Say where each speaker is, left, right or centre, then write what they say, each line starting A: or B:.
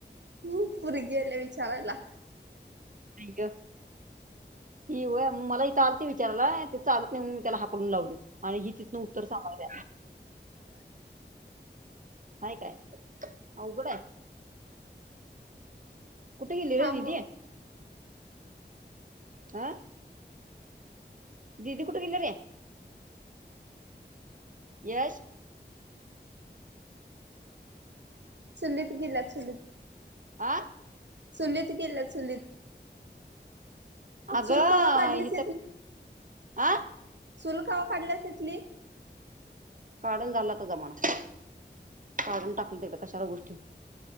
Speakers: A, on the right; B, on the right.
A: हम् पुुर्गीले विचारला.
B: क ही वय मग मला चालते विचारयला ते चालत नाही मी त्याला हाकडून लाव. आणि हि तिथनं उत्तर सांग! हय काय उघडं आहे. कुठ गलेरती
A: थांब
B: हह दीदी कुठे कन रे. येस
A: चुलीत गेला चुलीत
B: हठ
A: सुनीत गेल्या सुनीत
B: अगं
A: चूल कवा काढलीस
B: इथ आं
A: चुलखावा काढल्यासेतली
B: काढून झाला तर जमाना काढून टाकल तिकडे कशाला गोष्टी